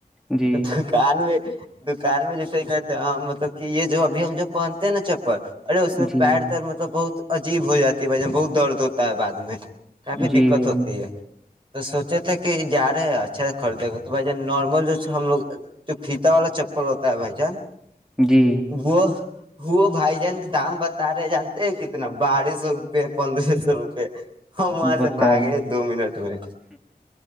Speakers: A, in the centre; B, on the right.
A: جی
B: دکان میں بکار میں جیسے کہتے مطلب کہ یہ جو ابھی ہم جو پہنتے ہیں نا چپل ارے اس میں
A: جی
B: پیر تیر مطلب بہت عجیب ہو جاتی ہے بھ جان بہت درد ہوتا ہے بع میں کافی
A: جی
B: دقت
A: بھائی
B: ہوتی
A: جان
B: ہے تو سوچے تھے کہ جار ارے اچھا سے خریدے گا تو بھائی جان نارمل جو ہم لوگ جو فیتا والا چپل ہوتا ہے بھائی جان
A: جی
B: وہ ہو بھائی جان دام بتا رہے جانتے کتنا بارہ سو روپے پندرہ سو روپے ہم وہاں
A: بتائیے
B: سے بھاگے دو منٹ میں